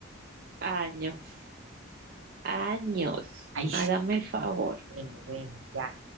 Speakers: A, on the right (about 50°); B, on the right (about 85°).
A: Años, años.
B: Ay, sí,
A: Hágame el favor.
B: bueno, bueno, ya.